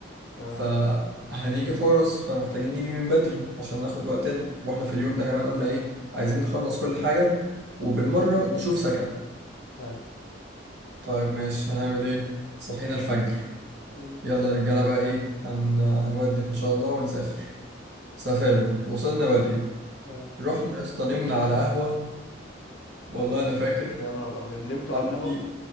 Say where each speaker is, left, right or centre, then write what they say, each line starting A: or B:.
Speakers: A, on the left; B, on the right.
A: تمام
B: فهنيجي حورس فمحتاجين نيجي من بدري عشان ناخد
A: اه
B: وقتنا واحنا في اليوم ده كمان قلنا ايه عايزين نخلص كل حاجة وبالمرة
A: اه
B: نشوف سكن
A: حلو
B: طيب ماشي هنعمل ايه صحينا الفجر
A: مم.
B: يلا يا رجالة بقى ايه هن... هنودي ان شاء الله ونسافر سافرنا وصلنا بدري
A: اه
B: رحنا يا اسطى نمنا على قهوة والله انا فاكر
A: يا نهار أبيض نمتوا
B: حمدي
A: على القهوة